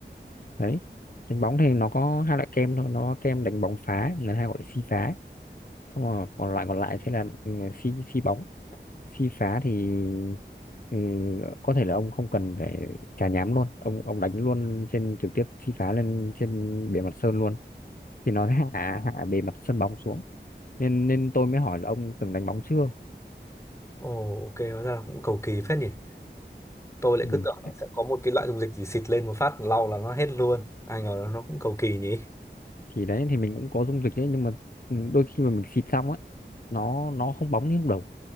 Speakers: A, on the left (about 50°); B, on the left (about 15°).
A: đấy đánh bóng thì nó có hai loại kem thôi nó có kem đánh bóng phá người ta hay gọi là si phá xong rồi còn lại còn lại sẽ là ừ, si si bóng si phá thì ừ, có thể là ông không cần phải chà nhám luôn ông ông đánh luôn trên trực tiếp si phá lên trên bề mặt sơn luôn thì nó sẽ hạ hạ bề mặt sân bóng xuống nên nên tôi mới hỏi là ông từng đánh bóng chưa
B: ồ ok hóa ra là cũng cầu kỳ phết nhỉ tôi lại
A: ừ.
B: cứ tưởng là
A: Đấy,
B: sẽ có một cái loại dung dịch gì xịt lên một phát lau là nó hết luôn ai ngờ là nó cũng cầu kỳ nhỉ
A: thì đấy thì mình cũng có dung dịch đấy nhưng mà ừ, đôi khi mà mình xịt xong ấy nó nó không bóng như lúc đầu